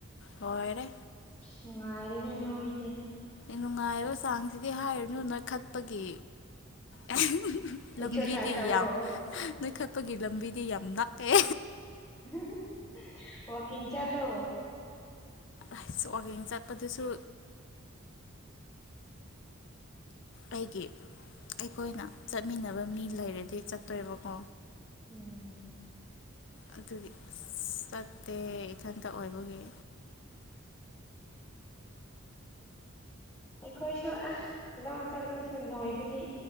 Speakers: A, on the left; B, on the left.
A: ꯂꯣꯏꯔꯦ
B: ꯅꯨꯡꯉꯥꯢꯔꯦꯅꯦ ꯅꯣꯏꯁꯦ
A: ꯅꯨꯡꯉꯥꯏꯕ ꯆꯥꯡꯁꯤꯗꯤ ꯍꯥꯏꯔꯨꯅꯨ ꯅꯣꯏꯈꯠꯄꯒꯤ ꯑꯦꯍꯪ
B: ꯑꯦꯛꯁꯔꯁꯥꯏꯁ
A: ꯂꯝꯕꯤꯗꯤ
B: ꯇꯧꯋꯣ
A: ꯌꯥꯝ ꯅꯣꯢꯈꯠꯄꯒꯤ ꯂꯝꯕꯤꯗꯤ ꯌꯥꯝ ꯅꯛꯑꯦ
B: ꯑꯍꯨꯡ ꯍꯨ ꯋꯥꯀꯤꯡꯡ ꯆꯠꯂꯣ
A: ꯑꯁ ꯋꯥꯛꯀꯤꯡ ꯆꯠꯄꯗꯨꯁꯨ ꯑꯩꯒꯤ ꯑꯩꯈꯣꯏꯅ ꯆꯠꯃꯤꯟꯅꯕ ꯃꯤ ꯂꯩꯔꯗꯤ ꯆꯠꯇꯣꯏꯕꯀꯣ
B: ꯎꯝ
A: ꯑꯗꯨꯒꯤ ꯑꯁ ꯆꯠꯇꯦ ꯏꯊꯟꯇ ꯑꯣꯏꯕꯒꯤ
B: ꯑꯩꯈꯣꯏꯁꯨ ꯑꯁ ꯂꯧ ꯆꯠꯂꯁꯨ ꯅꯣꯏꯕꯗꯤ